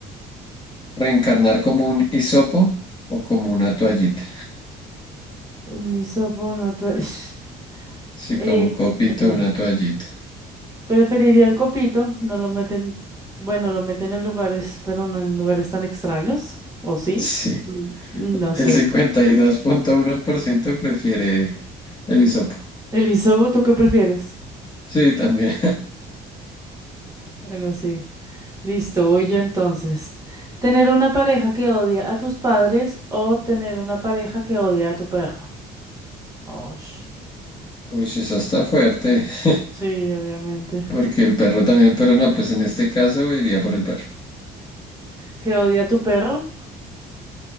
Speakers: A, on the left (about 25°); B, on the right (about 20°).
A: ¿Reencarnar como un hisopo o como una toallita?
B: Un lisabón, otro- <laughs>
A: Sí,
B: Eh,
A: como un copito,
B: eh,
A: una toallita.
B: preferiría el copito, no lo meten, bueno, lo meten en lugares, pero no en lugares tan extraños, ¿o sí?
A: Sí.
B: Mm, No
A: El
B: sé.
A: cincuenta y dos punto uno por ciento prefiere el hisopo.
B: Elizabeth, ¿tú qué prefieres?
A: Sí, también.
B: Bueno, sí. Listo, voy yo entonces. ¿Tener una pareja que odia a tus padres o tener una pareja que odia a tu perro? Osh.
A: <laughs> Uy, eso está fuerte. <laughs>
B: Sí, obviamente.
A: Porque el perro también, pero no, pues en este caso iría por el perro.
B: ¿Que odia a tu perro?